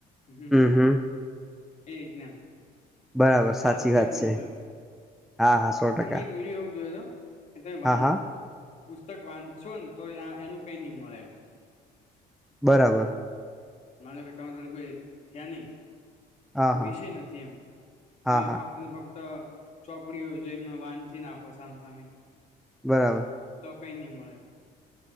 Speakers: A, on the left; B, in the centre.
A: હ
B: હમ હમ
A: એ રીતના એમ
B: બરાબર
A: ભાવથી
B: સાચી વાત
A: બોલવું
B: છે
A: એમ
B: હા હા સો
A: કે
B: ટકા
A: મે એક વિડીયો એવું જોયો હતો કે તમે વાંધ
B: હા હા
A: પુસ્તક વાંચશો ને તો એનું કઈ નઈ મળે એમ
B: બરાબર
A: મા લો કે તમે જો કોઈ થયા નહી-
B: હા હા
A: વિષય નથી એમ
B: હા
A: તમે
B: હા
A: ફક્ત ને ફક્ત તો ચોપડીઓ જોઈ વાંધી નાખો સામસામેી
B: બરાબર
A: તો કઈ નહી મળે